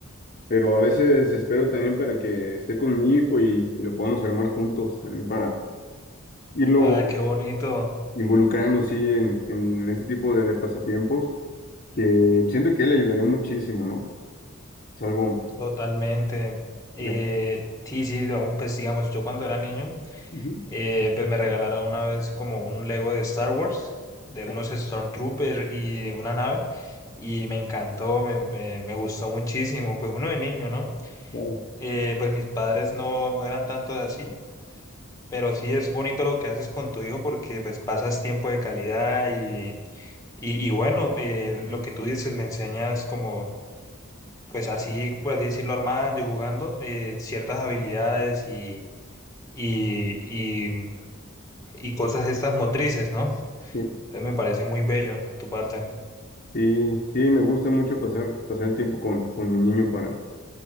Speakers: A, on the left; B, on the left.
A: pero a veces espero también para que esté con mi hijo y, y lo podamos armar juntos también para irlo
B: Ah, qué bonito,
A: involucrando, sí, en, en este tipo de, de pasatiempos, que siento que le ayudaría muchísimo, ¿no? Es algo...
B: totalmente. Eh,
A: ya.
B: sí, sí, aún, pues digamos, yo cuando era niño,
A: Ujú.
B: eh, pues me regalaron una vez como un Lego de Star Wars, de
A: Ah,
B: unos Stormtroopers y una nave, y me encantó, me, me, me gustó muchísimo, pues uno de niño, ¿no?
A: claro.
B: Eh, pues mis padres no, no eran tanto de así, pero sí es bonito lo que haces con tu hijo porque pues pasas tiempo de calidad y, y, y bueno, eh, lo que tú dices, le enseñas como pues así, por así decirlo, armando y jugando eh, ciertas habilidades y, y, y, y cosas estas motrices, ¿no?
A: Sí,
B: Entonces me parece muy bello tu parte.
A: sí, sí, me gusta mucho pasar, pasar el tiempo con, con mi niño para,